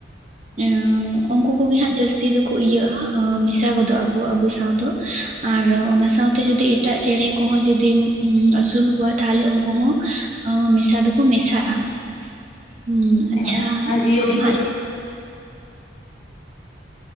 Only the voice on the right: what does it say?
ᱮ ᱩᱱᱠᱩ ᱠᱚᱜᱮ ᱦᱟᱸᱜ ᱡᱟᱹᱥᱛᱤ ᱫᱚᱠᱚ ᱤᱭᱟᱹᱜᱼᱟ ᱦᱟᱸᱜ᱾ ᱢᱮᱥᱟ ᱜᱚᱫᱚᱜ ᱟᱠᱚ ᱟᱵᱚ ᱥᱟᱶ ᱫᱚ ᱟᱨ ᱚᱱᱟ ᱥᱟᱶᱛᱮ ᱡᱩᱫᱤ ᱮᱴᱟᱜ ᱪᱮᱬᱮ ᱠᱚᱦᱚᱸ ᱡᱩᱫᱤ <unintelligible> ᱟᱹᱥᱩᱞ ᱠᱚᱣᱟ ᱛᱟᱦᱚᱞᱮ ᱩᱱᱠᱩ ᱦᱚᱸ ᱟᱸ ᱢᱮᱥᱟ ᱫᱚᱠᱚ ᱢᱮᱥᱟᱜᱼᱟ᱾ ᱦᱩᱸ
ᱟᱪᱪᱷᱟ
ᱟᱢ ᱦᱟᱸᱜ